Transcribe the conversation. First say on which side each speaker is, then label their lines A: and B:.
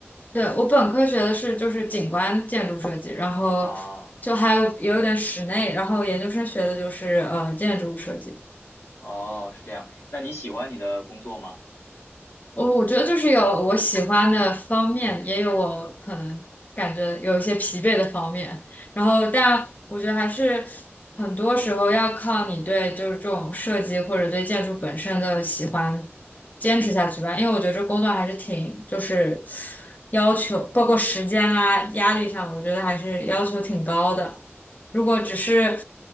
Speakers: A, on the left; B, on the left.
A: 对，我本科学的是就是景观建筑设计，然后就还有也有点室内，
B: 啊，
A: 然后研究生学的就是呃建筑设计。
B: 哦，是这样。那你喜欢你的工作吗？
A: 我我觉得就是有我喜欢的方面，也有我可能感觉有一些疲惫的方面。然后，但我觉得还是很多时候要靠你对就是这种设计或者对建筑本身的喜欢坚持下去吧。因为我觉得这工作还是挺就是要求，包括时间啊、压力上，我觉得还是要求挺高的。如果只是